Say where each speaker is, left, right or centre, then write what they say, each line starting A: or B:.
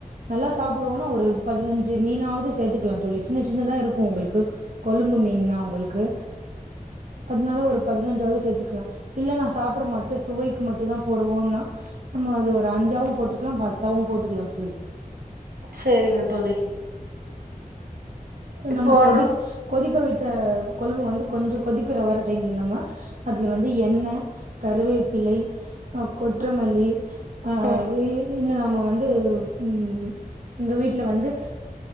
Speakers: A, on the right; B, on the right.
A: நல்லா சாப்புடுவோன்னா ஒரு பதினஞ்சு மீனாவ்து சேத்துக்லா தோழி சின்ன சின்னதா இருக் உங்கள்க்கு கொழும்பு மீன்னா உங்களுக்கு அத்னால ஒரு பதினஞ்சாவ்து சேத்துக்லா இல்ல நா சாப்ட மாட்டே சுவைக்கு மட்டும் தா போடுவோம் னா நம்ம அது ஒரு அஞ்சாவும் போட்டுக்கலா பத்தாவும் போட்டுக்கலா தோழி
B: சரிங்க தோழி இப்போ
A: நம்ம கொதி
B: நம்
A: கொதிக்க விட்ட குலம்பு வந்து கொஞ்சம் கொதிக்கிற வர டைம்ல நம்ம அதுல வந்து எண்ணெ கருவேப்பிலை கொற்றமல்லி ஐய்
B: ஆ
A: இன்னும் நாம வந்து உ எங்க வீட்ல வந்து